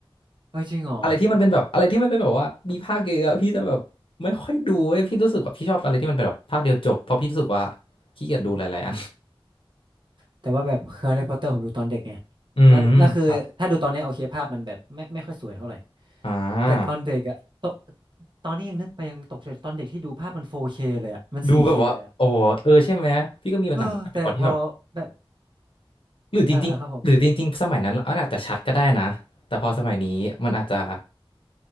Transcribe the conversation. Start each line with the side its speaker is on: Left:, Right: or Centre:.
Right: เออจริงเหรอ
Left: อะไรที่มันเป็นแบบอะไรที่มันเป็นแบบว่ามีภาคเยอะๆพี่จะแบบไม่ค่อยดูเว้ยพี่รู้สึกว่าพี่ชอบอะไรที่มันเป็นแบบภาคเดียวจบเพราะพี่รู้สึกว่าขี้เกียจดูหลายๆอัน
Right: แต่ว่าแบบแฮร์รี่พอตเตอร์ผมดูตอนเด็กไง
Left: อืมครับ
Right: แล้วแล้วคือถ้าดูตอนเนี้ยโอเคภาพมันแบบไม่ไม่ค่อยสวยเท่าไหร่
Left: อ่า
Right: แต่ตอนเด็กอะตอนตอนนี้ยังนึกไปยังตกใจตอนเด็กที่ดูภาพมัน 4K เคเลยอะมัน 4K
Left: ดูแบบว่าโอ้เออใช่ไหมพี่ก็มีหนังสมัยก่อนที่แบบ
Right: เคเลยอะเออแต่พอแบบ
Left: หรือจริงๆหรือจริงๆสมัยนั้นอันอาจจะชัดก็ได้นะแต่พอสมัยนี้มันอาจจะ
Right: เอ่าอาครับผม